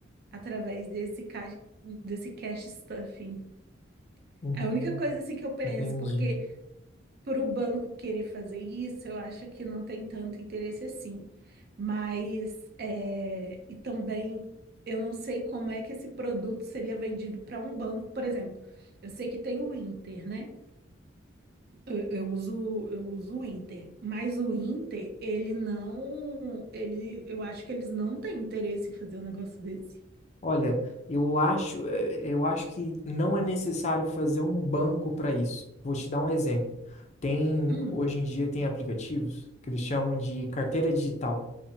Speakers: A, on the right; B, on the left.
A: através desse, ca- desse cash stuffing.
B: Uhum,
A: É a única coisa assim que eu penso,
B: entendi.
A: porque para o banco querer fazer isso, eu acho que não tem tanto interesse assim. Mas, é, e também, eu não sei como é que esse produto seria vendido para um banco. Por exemplo, eu sei que tem o Inter, né? Eu, eu uso, eu uso o Inter, mas o Inter, ele não, ele, eu acho que eles não têm interesse em fazer um negócio desse.
B: Olha, eu acho, eh, eu acho que não é necessário fazer um banco para isso. Vou te dar um exemplo. Tem,
A: Hum,
B: hoje em dia tem aplicativos que eles chamam de carteira digital